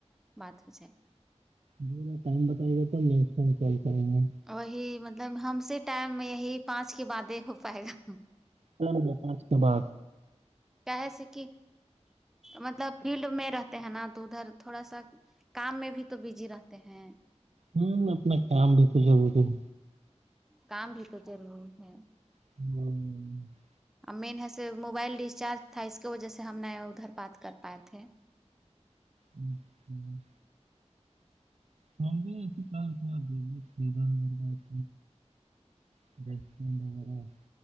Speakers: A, in the centre; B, on the right.
A: بات ہو جائے
B: جی ٹائم بتائیے تو نیکسٹ ٹائم کال کریں گے
A: وہی مطلب ہم سے ٹائم یہی پانچ کے بعدے ہو پائے گا
B: پ <unintelligible> پانچ کے بعد
A: کہس کہ مطلب فیلڈ میں رہتے ہیں نا تو ادھر تھوڑا سا کام میں بھی تو بزی رہتے ہیں
B: ہوں اپنا کام بھی تو ضروری ہے
A: کام بھی تو ضروری ہے
B: ہوں
A: اب مین ہےس موبائل ریسچارج تھا اس کے وجہ سے ہم نئے ادھر بات کر پائے تھے
B: ہوں ہوں سمب ا کل چ <unintelligible> دے چودلہہ ہزارپ <unintelligible>